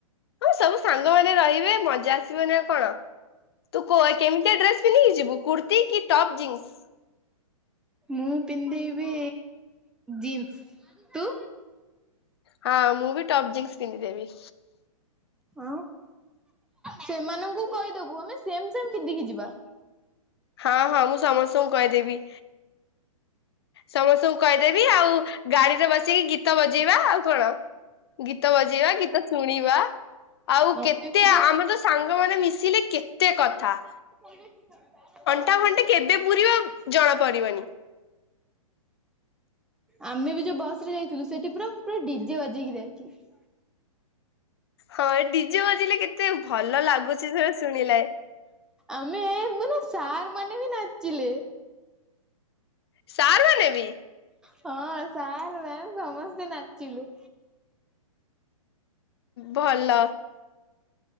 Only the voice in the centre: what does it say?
ମୁଁ ପିନ୍ଧହିବି ଜିନ୍ସ ତୁ?
ଆଉ ସେମାନଙ୍କୁ କହିଦବୁ ଆମେ ସେମ ସେମ ପିନ୍ଧିକି ଯିବା।
ଆମେ
ବି ଯୋଉ
<unintelligible>
ଆମେ ବି ଯୋଉ ବସ ରେ ଯାଇଥିଲୁ ସେଠି ପୁରା ପୁରା ଡିଜେ ବାଜେଇକି ଯାଇଥିଲି।
ଆମେ ମାନେ ସାର୍ ମାନେ ବି ନାଚିଲେ।
ହଁ ସାର୍ ମ୍ୟାମ ସମସ୍ତେ ନାଚିଲେ।